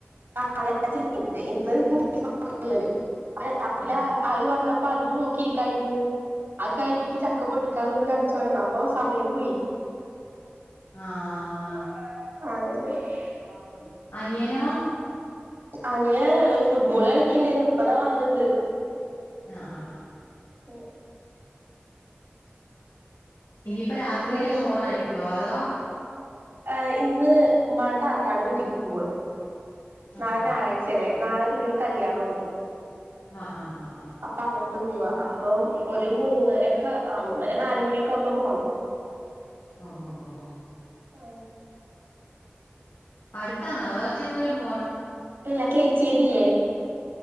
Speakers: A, on the right; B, on the left.
A: ആഹ് ഞാൻ ചെയ്യണ് ണ്ട്. ഇന്ന് പുതിയ <unintelligible> കിട്ടി. രാവിലെ
B: ആഹ്
A: അത് വന്നപ് പ്പോ അതും നോക്കിയിരിക്കാര്ന്ന്. അത് കഴിഞ്ഞിട്ട് ചക്ക പൊട്ടിക്കാ നിന്ന് അടിച്ച് വാരാന്ന് അപ്പൊ സമയം പോയി.
B: ആഹ്.
A: <unintelligible> ണ്ടാലോ? അങ്ങനെ. ആഹ്
B: അനിയനോ?
A: അനിയൻ ഫുട്ബോള് കളിക്ക്‌ണ്ടേനു. ഇപ്പതാ വന്നിണ്ട്.
B: ആഹ് ആഹ് ആഹ്.
A: ഉം.
B: ഇനിയിപ്പ രാത്രിയില്
A: ഇന്ന്
B: ചോറായിരിക്കോ അതോ?
A: ഈഹ് ഇന്ന് ഉമ്മാടെ താത്താടെ വീട്ടിക്ക് പോവാ.
B: ആഹ്
A: നാളെ
B: ആഹ്
A: ഞായറാഴ്ചയല്ലേ. നാളെ പിന്നൊരു കല്ല്യാണോണ്ട്.
B: ആഹ് ആഹ് ആഹ് ആഹ്.
A: അങ്ങട്ട് പോവ്വാ. അപ്പൊ ഒരു മൂന്നര ഒക്കെ ആഹ് മൂന്നര നാലുമണിയൊക്കെ ആവുമ്പോ പോണം.
B: ഓഹ് ഓഹ് ഓഹ് ഓഹ്.
A: ആഹ്.
B: അടുത്താണോ അതോ ഇച്ചിരി ദൂരം പോണോ?
A: അല്ല കേച്ചേരില്ലേ?